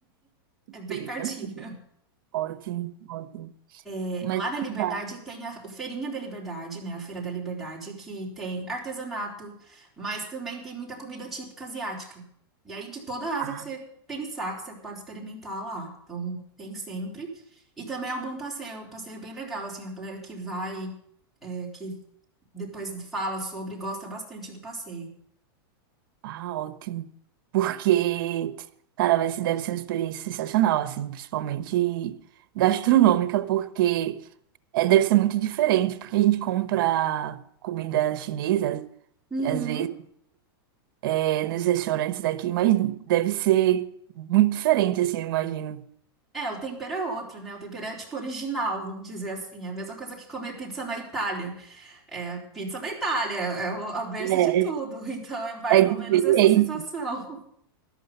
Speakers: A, in the centre; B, on the right.
A: É bem
B: Sim,
A: pertinho.
B: né? Ótimo, ótimo.
A: <laughs>
B: Mas
A: lá na Liberdade
B: tá.
A: tem a o Feirinha da Liberdade, né? A Feira da Liberdade, que tem artesanato, mas também tem muita comida típica asiática. E aí, de toda a
B: tá.
A: Ásia que você pensar, que você pode experimentar lá. Então, tem sempre. E também é um bom passeio, é um passeio bem legal, assim, a galera que vai é, que depois fala sobre e gosta bastante do passeio.
B: Ah, ótimo. Porque, cara, vai ser, deve ser uma experiência sensacional, assim, principalmente gastronômica, porque é, deve ser muito diferente, porque a gente compra comida chinesa,
A: Uhum.
B: às vezes, é, nos restaurantes daqui, mas deve ser muito diferente, assim, eu imagino.
A: É, o tempero é outro, né? O tempero é tipo original, vamos dizer assim. É a mesma coisa que comer pizza na Itália. É, pizza da Itália, é o, é o berço
B: É,
A: de tudo. <laughs> Então é mais
B: é diferente.
A: ou menos essa sensação.